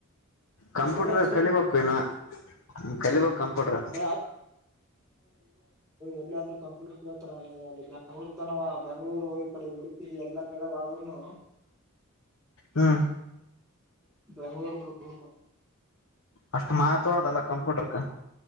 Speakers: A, on the left (about 65°); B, on the right (about 15°).
A: ಕಂಪ್ಯೂಟ್ರ
B: ಕಂಪ್ಯೂಟರ್ ಹಚ್ಚಿನ್
A: ಕಲಿಬೇಕು ಇನ್ನು ಕಲಿಬೇಕ್ ಕಂಪ್ಯೂಟರ್.
B: ಏ ಎಲ್ಲಿ ಅಂದ್ರೂ ಕಂಪ್ಯೂಟರ್ ಕೇಳ್ತಾರ ಅಲ್ಲಿ ಬೆಂಗಳೂರ್ ತನ ಬೆಂಗ್ಳೂರು ಹೋಗಿ ಈ ಕಡೆ ಹುಡುಕಿ ಎಲ್ಲಾ ಕಡೆವಾದ್ರೂನು
A: ಹ್ಮ
B: ಬೆಂಗಳೂರ ಬರ್ಬೇಕು
A: ಅಷ್ಟು ಮಹತ್ವ ಅದಲ್ಲ ಕಂಪ್ಯೂಟರಕ.